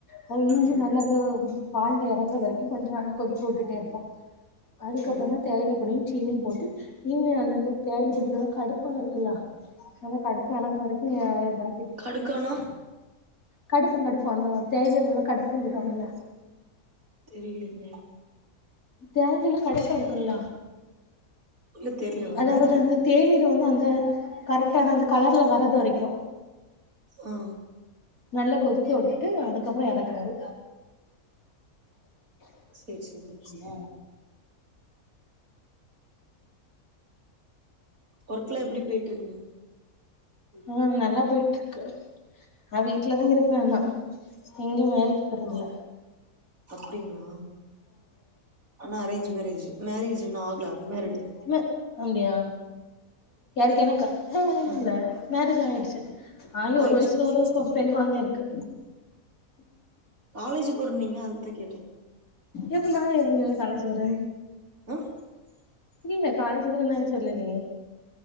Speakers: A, on the left; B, on the right.
A: அது இஞ்சி
B: ம்
A: நல்ல அது பால்ல எறங்கற வரைக்கு கொஞ்ச நல்லா கொதிக்க வுட்டுட்டே இருப்போ அதுக்கப்புறந்தா
B: ம்
A: தேயிலப்பொடி சீனி போட்டு இன்னு அந்தந்த தேயிலப் பொடில கடுப்பா இருக்குல்ல அந்த கடுப்பா எறங்கற வரைக்கு அ எதா
B: கடுக்கானா
A: கடுப்பு கடுப்பு அந்த தேயிலயில உள்ள கடுப்புனு சொல்லுவாங்கல்ல
B: தெரிலிங்க
A: தேயிலைல கடுப்ப இருக்குல்ல
B: இல்ல தெர்ல உண்மையா
A: அதாவது
B: தெர்ல
A: அந்த தேநீர வந்து அந்த அது கரெக்டான அந்த கலர்ல வரது வரைக்கு
B: ஆ
A: நல்லா கொதிக்க வுட்டுட்டு அதுக்கப்பறோ எறக்குறது
B: சேரி சேரி
A: சின்ன சின்ன
B: ஒர்க்லா எப்டி போய்ட்டு இருக்குங்க,
A: ஆ நல்லா போயிட்டு இருக்கு நா வீட்லதா இருக்ற நா எங்கயு வேலைக்கு போறது இல்ல
B: ப்டிங்ளா ஆனா அரேஞ்ச் மேரேஜ், மேரேஜ்ன்னு ஆகல அன் மேரிடு
A: இல்ல அப்டியா யாருக்கு எனக்கா ஆ
B: ம்
A: இல்ல மேரே ஜ் ஆயிடுச்சு ஆகி
B: ஆயிடுச்சுங்க
A: ஒரு வயசுல ஒரு பொ பெண் குழந்தையு இரு க்கு
B: காலேஜ் போறன்னீங்க அதுக்குதா கேட்டே
A: எப்ப நா எப்பன்ன கலச்சு வறே
B: <unintelligible>
A: இல்ல காலேஜ் போல ந சொல்லலையே